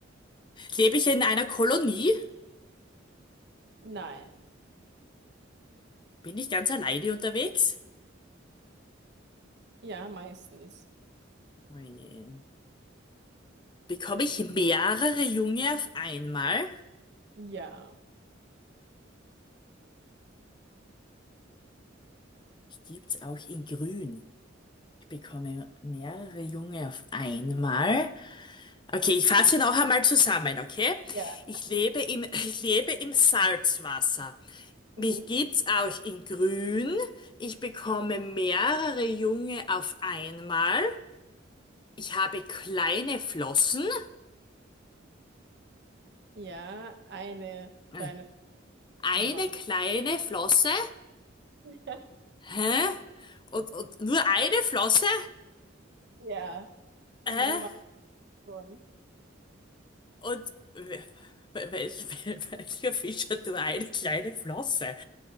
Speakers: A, on the left (about 25°); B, on the right (about 60°).
A: Lebe ich in einer Kolonie?
B: Nein.
A: Bin ich ganz alleine unterwegs?
B: Ja, meistens.
A: Oh je. Bekomme ich mehrere Junge auf einmal?
B: Ja.
A: Ich Gibt's auch in grün. Ich bekomme mehrere Junge auf einmal. Okay, ich fasse noch einmal zusammen, okay?
B: Ja.
A: Ich lebe im, <laughs> ich lebe im Salzwasser. Mich
B: Mhm.
A: gibt's auch in grün. Ich bekomme mehrere Junge auf einmal. Ich habe kleine Flossen.
B: Ja, eine
A: Äh,
B: kleine
A: Eine
B: Nummer.
A: kleine Flosse.
B: <laughs>
A: Hä? Und, und nur eine Flosse?
B: Ja, im
A: Äh,
B: Normalen schon.
A: und wel, welch, wel- welcher Fisch hat nur eine kleine Flosse?